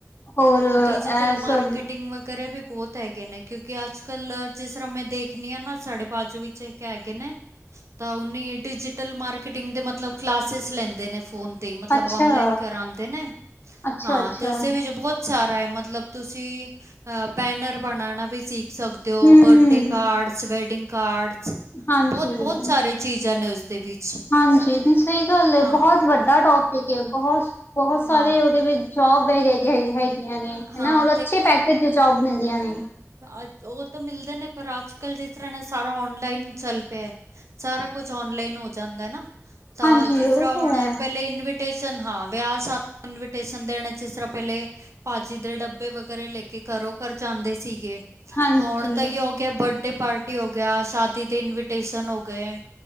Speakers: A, on the left (about 45°); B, on the right (about 65°).
A: ਹੋਰ ਇਹ
B: ਡਿਜੀਟਲ ਮਾਰਕੀਟਿੰਗ
A: ਸਭ
B: ਵਗੈਰਾ ਵੀ ਬਹੁਤ ਹੈਗੇ ਨੇ, ਕਿਉਂਕਿ ਅੱਜ-ਕੱਲ੍ਹ ਜਿਸ ਤਰ੍ਹਾਂ ਮੈਂ ਦੇਖਣੀ ਆ ਨਾ, ਸਾਡੇ ਬਾਜੂ ਵਿੱਚ ਇਕ ਹੈਗੇ ਨੇ। ਤਾਂ ਉਹਨੀ ਡਿਜੀਟਲ ਮਾਰਕੀਟਿੰਗ ਦੇ ਮਤਲਬ ਕਲਾਸਿਸ ਲੈਂਦੇ ਨੇ ਫੋਨ ਤੇ ਮਤਲਬ
A: ਅੱਛਾ
B: ਔਨਲਾਈਨ ਕਰਾਦੇ ਨੇ
A: ਅੱਛਾ
B: ਹਾਂ
A: ਅੱਛਾ
B: ਤੇ ਉਸਦੇ ਵਿੱਚ ਬਹੁਤ ਸਾਰਾ ਏ ਮਤਲਬ ਤੁਸੀਂ ਬੈਨਰ ਬਣਾਣਾ ਵੀ ਸਿੱਖ ਸਕ ਦੇ ਓ,
A: ਹੂੰ
B: ਬੱਡੇ
A: ਹੂੰ
B: ਕਾਰਡਸ, ਵੈਡਿੰਗ ਕਾਰਡਸ,
A: ਹਾਂਜੀ
B: ਬਹੁਤ-ਬਹੁਤ ਸਾਰੇ ਛੀ ਜਿਨੇ ਉਸ ਦੇ ਵਿੱਚ।
A: ਹਾਂਜੀ, ਸਹੀ ਗੱਲ ਏ
B: ਹਾਂ
A: ਬਹੁਤ ਵੱਡਾ ਟੋਪਿਕ ਏ ਬਹੁਤ-ਬਹੁਤ ਸਾਰੇ
B: ਹਾਂ
A: ਉਹਦੇ ਵਿੱਚ ਜੋਬ <unintelligible> ਹੈਗੀਆਂ ਨੇ ਹਨਾ,
B: ਹਾਂ
A: ਔਰ ਅੱਛੇ ਪੈਕੇਜ ਦੀ ਜੋਬ ਮਿਲਦੀਆਂ ਨੇ।
B: ਅਜ ਉਹ ਤਾਂ ਮਿਲਦੇ ਨੇ, ਪਰ ਅੱਜ-ਕੱਲ੍ਹ ਜਿਸ ਤਰ੍ਹਾਂ ਸਾਰਾ ਔਨਲਾਈਨ ਚੱਲ ਪਿਆ ਏ। ਸਾਰਾ ਕੁਛ ਔਨਲਾਈਨ ਹੋ ਜਾਂਦਾ ਐ ਨਾ ਤਾਂ
A: ਹਾਂਜੀ
B: ਜਿਸ
A: ਉਹ
B: ਤਰ੍ਹਾਂ
A: ਤੇ
B: ਹੁਣ
A: ਹੈ
B: ਪਹਿਲੇ ਇਨ ਟੇਸ਼ਨ ਹਾਂ, ਵਿਆਹ ਇਨਵੀਟੇਸ਼ਨ ਦੇਣਾ ਚ ਇਸ ਤਰ੍ਹਾਂ ਪਹਿਲੇ ਪਾਜੀ ਦੇ ਡੱਬੇ ਵਗੈਰਾ ਲੈ ਕੇ ਕਰੋਂ-ਕਰ ਜਾਂਦੇ ਸੀਗੇ।
A: ਹਾਂਜੀ
B: ਥੋਨ ਤਾਂ ਏ ਓ ਗਿਆ ਬਰਡੇ ਪਾਰਟੀ ਹੋ ਗਿਆ, ਸਾਦੀ ਤੇ ਇਨਵੀਟੇਸ਼ਨ ਹੋ ਗਏ